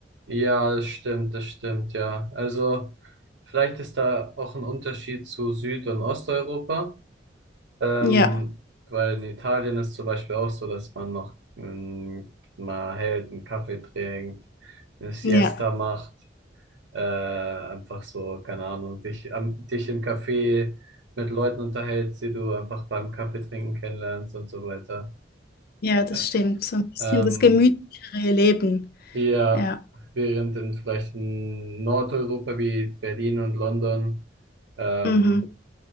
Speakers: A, on the right; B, on the left.
A: Ja, das stimmt, das stimmt, ja. Also vielleicht ist da auch ein Unterschied zu Süd- und Osteuropa, ähm,
B: Ja,
A: weil in Italien ist zum Beispiel auch so, dass man noch ähm, mal hält, einen Kaffee trinkt, eine Siesta
B: ja.
A: macht, äh, einfach so, keine Ahnung, dich, am, dich im Café mit Leuten unterhältst, die du einfach beim Kaffee trinken kennenlernst und so weiter.
B: Ja, das
A: Äh,
B: stimmt. So ein bisschen
A: Ähm,
B: das gemütlichere Leben.
A: Ja,
B: Ja.
A: während in vielleicht in Nordeuropa wie Berlin und London ähm,
B: Mhm.